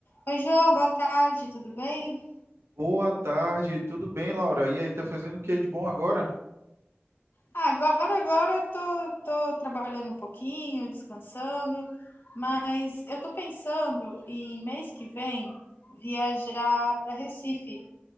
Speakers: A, on the left; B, on the right.
A: Oi, João, boa tarde, tudo bem?
B: Boa tarde, tudo bem, Laura? E aí, tá fazendo o que de bom agora?
A: Ah, agora, agora eu tô, tô trabalhando um pouquinho, descansando, mas eu tô pensando em mês que vem viajar para Recife